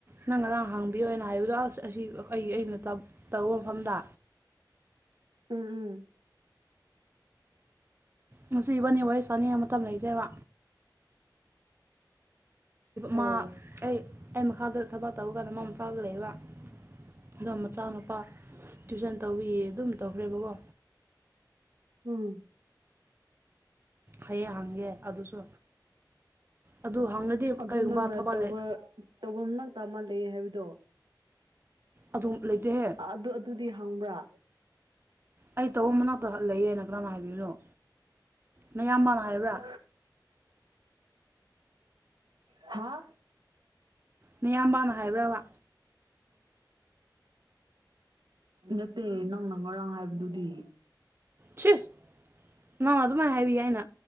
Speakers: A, on the right (about 30°); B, on the right (about 80°).
A: ꯅꯪ ꯉꯔꯥꯡ ꯍꯥꯡꯕꯤꯌꯣꯅ ꯍꯥꯏꯕꯗꯣ ꯑꯁ ꯑꯁꯤ ꯑꯩ ꯑꯩꯅ ꯇꯧꯕ ꯃꯐꯝꯗ
B: ꯎꯝ ꯎꯝ
A: ꯉꯁꯤꯕꯅꯤ ꯋꯥꯔꯤ ꯆꯥꯅꯤꯡꯉ ꯃꯇꯝ ꯂꯩꯇꯦꯕ ꯃꯥ
B: ꯑꯣ
A: ꯑꯩ ꯑꯩ ꯃꯈꯥꯗ ꯊꯕꯛ ꯇꯧꯕ ꯀꯥꯟꯗ ꯃꯥ ꯃꯈꯥꯗ ꯂꯩꯕ ꯑꯗꯨꯒ ꯃꯆꯥ ꯃꯨꯄꯥ ꯇ꯭ꯋꯏꯁꯟ ꯇꯧꯕꯤꯌꯦ ꯑꯗꯨꯝ ꯇꯧꯈ꯭ꯔꯦꯕꯀꯣ
B: ꯎꯝ
A: ꯍꯌꯦꯡ ꯍꯪꯒꯦ ꯑꯗꯨꯁꯨ ꯑꯗꯨ ꯍꯪꯉꯗꯤ
B: ꯑꯗꯨ
A: ꯀꯩꯒꯨꯝꯕ
B: ꯅꯪꯅ
A: ꯊꯕꯛ
B: ꯇꯧꯕ
A: ꯂꯩ
B: ꯇꯧꯐꯝꯃꯛꯇ ꯑꯃꯥ ꯂꯩꯌꯦ ꯍꯥꯏꯕꯗꯣ
A: ꯑꯗꯨꯝ ꯂꯩꯇꯦꯍꯦ
B: ꯑꯗꯨ ꯑꯗꯨꯗꯤ ꯍꯪꯕ꯭ꯔꯥ
A: ꯑꯩ ꯇꯧ ꯃꯅꯥꯛꯇ ꯂꯩꯌꯦꯅ ꯀꯅꯥꯅ ꯍꯥꯏꯕꯤꯕꯅꯣ ꯃꯌꯥꯝꯕꯅ ꯍꯥꯏꯕ꯭ꯔꯥ
B: <inaudible> ꯍꯥ
A: ꯅꯌꯥꯝꯕꯅ ꯍꯥꯏꯕ꯭ꯔꯕ
B: ꯅꯠꯇꯦ ꯅꯪꯅ ꯉꯔꯥꯡ ꯍꯥꯏꯕꯗꯨꯗꯤ
A: ꯁꯤꯁ ꯅꯪ ꯑꯗꯨꯃꯥꯏꯅ ꯍꯥꯏꯕꯤꯌꯨ ꯑꯩꯅ